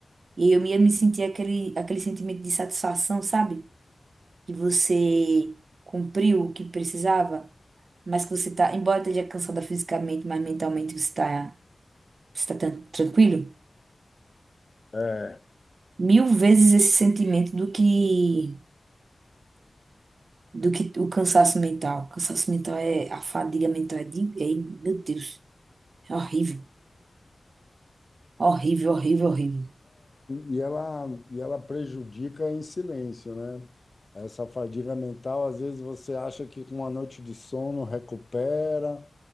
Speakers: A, on the right (about 85°); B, on the left (about 45°).
A: E eu ia me sentir aquele, aquele sentimento de satisfação, sabe? Que você cumpriu o que precisava, mas que você tá, embora esteja cansada fisicamente, mas mentalmente você está você tá tran- tranquilo.
B: É.
A: Mil vezes esse sentimento do que, do que o cansaço mental. O cansaço mental é, a fadiga mental é, de, é, meu Deus, é horrível, horrível, horrível, horrível.
B: E ela, e ela prejudica em silêncio, né? Essa fadiga mental, às vezes você acha que com uma noite de sono recupera,